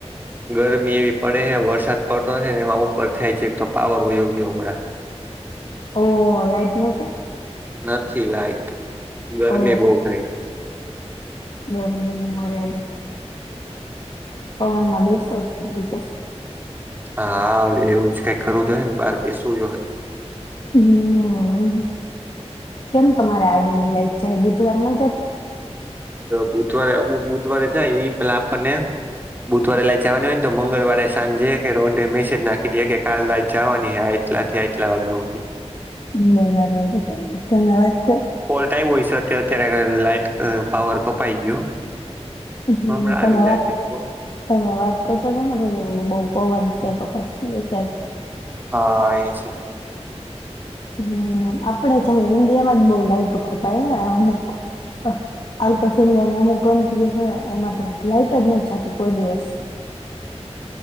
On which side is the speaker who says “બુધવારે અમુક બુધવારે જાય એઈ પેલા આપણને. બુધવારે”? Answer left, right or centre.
Right